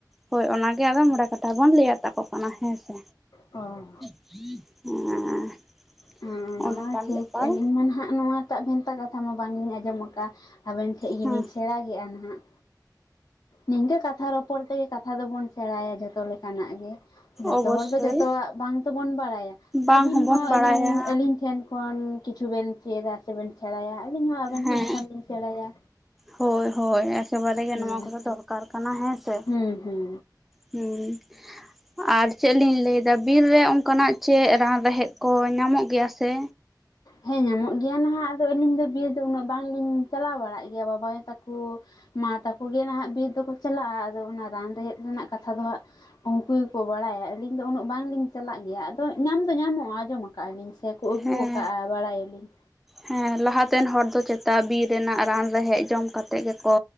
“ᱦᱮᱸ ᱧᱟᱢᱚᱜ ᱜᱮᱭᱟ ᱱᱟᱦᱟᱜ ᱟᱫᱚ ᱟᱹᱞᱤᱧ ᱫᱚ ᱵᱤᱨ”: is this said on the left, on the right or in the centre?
Left